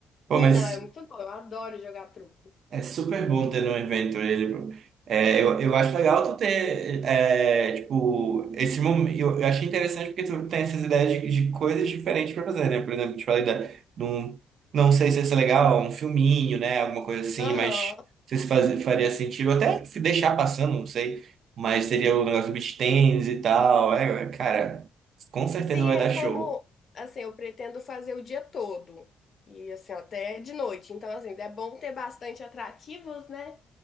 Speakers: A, on the right (about 65°); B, on the left (about 50°).
A: Pô,
B: Sim,
A: mas
B: não, é muito bom. Eu adoro jogar truco.
A: é super bom ter no evento ele. pô. É, eu, eu acho legal tu ter, é, tipo, esse momento. Eu, eu achei interessante porque tu tem essas ideias de, de coisas diferentes pra fazer, né? Por exemplo, te falei da, de um, não sei se isso é legal, um filminho, né? Alguma coisa assim,
B: Aham.
A: mas não sei se faz, faria sentido. Até se deixar passando, não sei. Mas seria o negócio do beach tennis e tal. É, cara, com certeza
B: Sim,
A: vai
B: é
A: dar
B: como,
A: show.
B: assim, eu pretendo fazer o dia todo. E assim, até de noite. Então, assim, é bom ter bastante atrativos, né?